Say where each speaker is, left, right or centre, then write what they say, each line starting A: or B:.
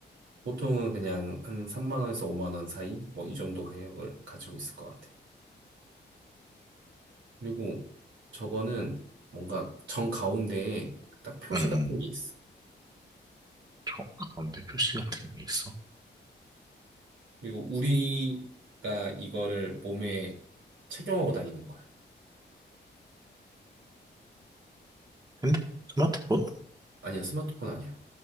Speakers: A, on the right (about 85°); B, on the right (about 20°).
A: 보통은 그냥 한 3만 원에서 5만 원 사이 뭐 이 정도 가격을 가지고 있을 것 같아. 그리고 저거는 뭔가 정 가운데에 딱 표시
B: 음,
A: 같은 게 있어.
B: 저 가운데 표시 같은 게 있어?
A: 그리고 우리가 이거를 몸에 착용하고 다니는 거야.
B: 핸드, 스마트폰?
A: 아니야, 스마트폰 아니야.